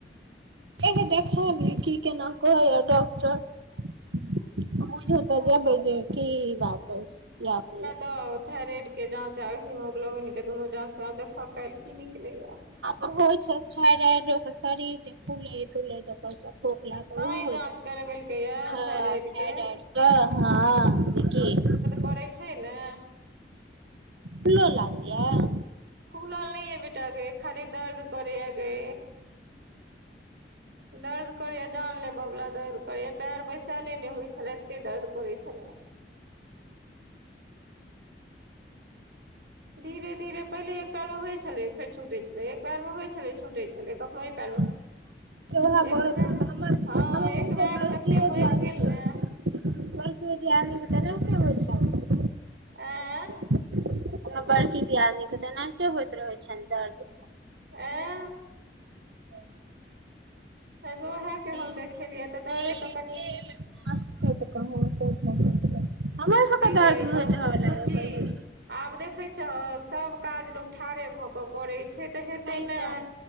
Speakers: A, on the right; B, on the right.
A: <unintelligible> <unintelligible>
B: सएह ओ थाइरेड केँ जाँच आ हिमोग्लोबिन केँ दुनू जाँच मे आब देख काइल की निकलेय
A: उऽ हो छै थराइडो स शरीर जे फुले <unintelligible>
B: तैं जाँच करबेलकै या थायराइड के
A: तऽ हँ देखि
B: पड़ै छै नै
A: फुल्लो लागै यऽ
B: फुलल नहि यऽ बेटागै खाली दर्द करै यऽ गै दर्द करैए जान लेबवला दर्द करैए पैर बैसायले नहि होइत छलए एतेक दर्द करैत छलै धीरे धीरे पहिले एक पैर मे होइत छलै फेर छुटै छलै एक पैर मे होइत छलै छुटे छलै कखनो ये पैर मे
A: <unintelligible>
B: एक बैग हँ एक बैग तते बढ़ि
A: <unintelligible>
B: गेल ने <unintelligible>
A: <inaudible> ओना बड़की दियादनी कऽ तऽ एनाहिते होइत रहैत छैन दर्द
B: <unintelligible>
A: <inaudible>
B: ऐ बेर ओहै कऽ
A: डेली
B: हम देखेलियै तऽ दर्द तऽ कनि
A: <unintelligible>
B: नहि गे बौ बुच्ची आब देखै छह सब काज लोक ठाड़े भऽ कऽ करे छै तऽ
A: ताहि
B: हेते नै
A: दुआरे